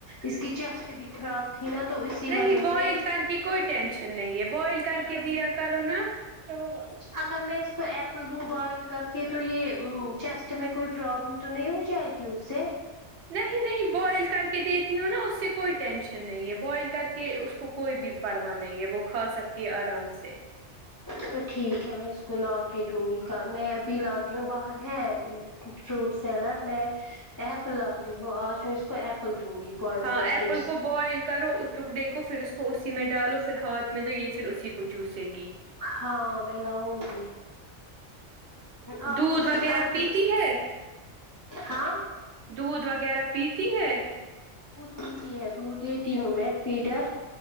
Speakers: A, on the left (about 35°); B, on the right (about 70°).
A: اس کی چیسٹ بھی خراب تھی نا تو اسی
B: نہیں
A: وجہ
B: بوائل
A: سے
B: کر کے کوئی ٹینشن نہیں ہے بوائل کر کے دیا کرو نا ن ہوگ
A: اچا اگر میں اس کو ایپل دوں بوائل کر کے تو یہ چیسٹ میں کوئی پرابلم تو نہیں ہو جائے گی کی سےے
B: نہیں نہیں بوائل کر کے دیتی ہوں نا اس سے کوئی ٹینشن نہیں ہے بوائل کر کے کہ اس کو کوئی بھی پرواہ نہیں ہے وہ کھا سکتی ہے آرام سے
A: تو ٹھیک ہے میں اس کو لا کے دوں گی ک میں ابھی لاتی ہوں باہر ہے فروٹ سیلر میں ایپل لی ہوں آج میں اس کو ایپل دوں گی بوائل
B: ہاں
A: کر
B: ایپل
A: کے
B: کو بوائل کرو چک ڈے کو پھر اس کو اسی میں ڈالو پھر ہاتھ میں تو یہ پھر اسی کو چوسے گی
A: ہاں میں لاؤوں گی آپ
B: دودھ
A: نے جو
B: وغیرہ
A: چاٹ
B: پیتی ہے
A: ہاں
B: دودھ وغیرہ پیتی ہے
A: دیتی ہے دودھ دیتی ہوں میں پیڈر